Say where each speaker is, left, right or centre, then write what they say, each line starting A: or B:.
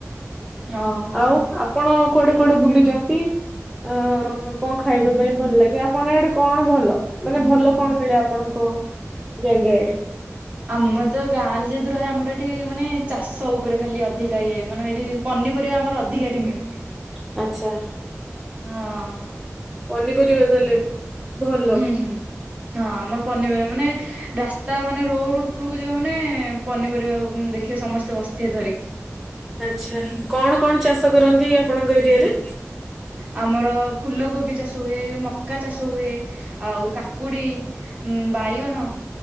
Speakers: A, on the right; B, in the centre.
A: ଓହୋ
B: ଆଉ ଆପଣ କୁଆଡେ କୁଆଡେ ବୁଲିଛନ୍ତି? ଅ-ଅ-ଅ କଣ ଖାଇବା ପାଇଁ ଭଲ ଲାଗେ। ଆପଣ ଆଡେ କଣ ଭଲ, ମାନେ ଭଲ କଣ ମିଳେ ଆପଣଙ୍କ ଙ୍କ ଜାଗା ଆଡେ।
A: ଆମର ତ ଗାଁ ରେ ଯେହେତୁ ରହେ ଆମର ଏଠି ମାନେ ଚାଷ ଉପରେ ଖାଲି ଅଧିକା ଇଏ ମାନେ ଏଇଠି ପନିପରିବା ଆମର ଅଧିକା ଏଠି
B: ହ
A: ମିଳେ
B: ଆଚ୍ଛା।
A: ହଁ।
B: ପନିପରିବା ତାହେଲେ ଭଲ।
A: ହୁଁ ହୁଁ ହଁ ଆମର ପନିପରିବା ମାନେ ରାସ୍ତା ମାନେ ରୋଡ ଉପରକୁ ଯିବା ମାନେ-ଏ-ଏ ପନିପରିବା ଦେଖିବେ ସମସ୍ତେ ବସ ଥିବେ ଧରିକି।
B: ଆଚ୍ଛା କଣ କଣ ଚାଷ କରନ୍ତି ଆପଣଙ୍କ ଏରିଆରେ?
A: ଆମର ଫୁଲ କୋବି ଚାଷ ହୁଏ, ମକା ଚାଷ ହୁଏ। ଆଉ କାକୁଡି ଉ ବାଇଗଣ